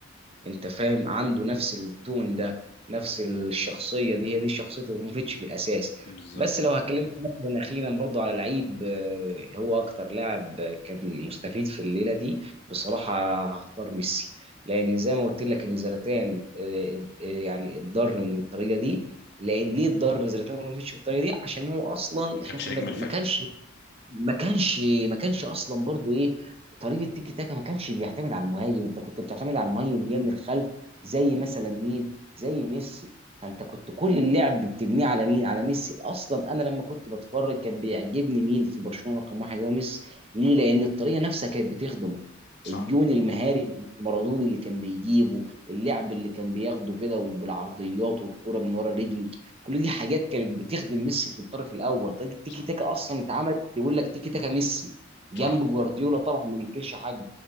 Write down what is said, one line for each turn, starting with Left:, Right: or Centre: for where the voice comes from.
Right: انت فاهم عنده نفس التون ده نفس الشخصيه دي هي دي شخصيه ابراهيموفيتش في الاساس
Left: بالظبط
Right: بس لو هكلمك مثلا اخيرا برضو على لعيب آه، هو اكتر لاعب آه، كان مستفيد في الليله دي بصراحه هختار ميسي لان زي ما قلت لك ان زلاتان آه، آه، يعني اتضر من الطريقه دي لان ليه اتضر زلاتان ابراهيموفيتش بالطريقه دي عشان هو اصلا
Left: ما كانش
Right: احنا كنا
Left: نجم
Right: ما
Left: الفريق
Right: كانش ما كانش ما كانش اصلا برضو ايه طريقه تيكي تاكا ما كانش بيعتمد على المهاجم انت كنت بتعتمد على المهاجم اللي جاي من الخلف زي مثلا مين زي ميسي فانت كنت كل اللعب بتبنيه على مين على ميسي اصلا انا لما كنت بتفرج كان بيعجبني مين في برشلونه رقم واحد هو ميسي ليه لان الطريقه نفسها كانت بتخدمه
Left: صح
Right: الجون المهاري المارادوني اللي كان بيجيبه اللعب اللي كان بياخده كده وبالعرضيات والكرة من ورا رجله كل دي حاجات كانت بتخدم ميسي في الطرف الاول طريقه تيكي
Left: صح
Right: تاكا اصلا اتعمل يقول لك تيكي تاكا ميسي جنب
Left: صح
Right: جوارديولا طبعا ما ننكرش حاجه